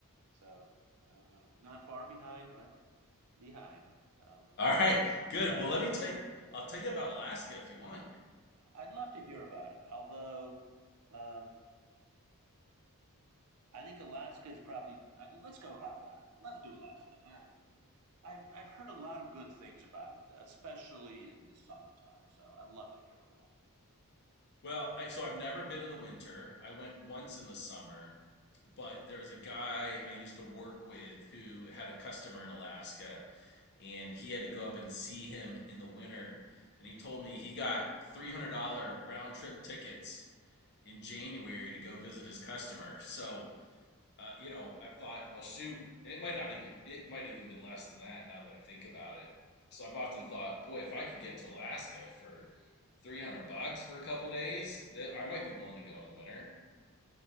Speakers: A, on the right; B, on the left.
A: so I'm uh, not far behind, but behind. Um,
B: All right. Good.
A: technically,
B: Well, let me tell you I'll tell you about Alaska if you want.
A: I'd love to hear about it. Although um, I think Alaska is probably uh, let's go about Alaska. Let's do Alaska. I, I've I've heard a lot of good things about it, especially in the summertime. So I'd love to hear a little.
B: Well, I, so I've never been in the winter. I went once in the summer, but there's a guy I used to work with who had a customer in Alaska, and he had to go up and see him in the winter. And he told me he got $300 round trip tickets in January to go visit his customer. So uh, you know, I thought, well, shoot, it might not even, it might even been less than that now that I think about it. So I've often thought, boy, if I could get to Alaska for 300 bucks for a couple days, I might be willing to go in the winter.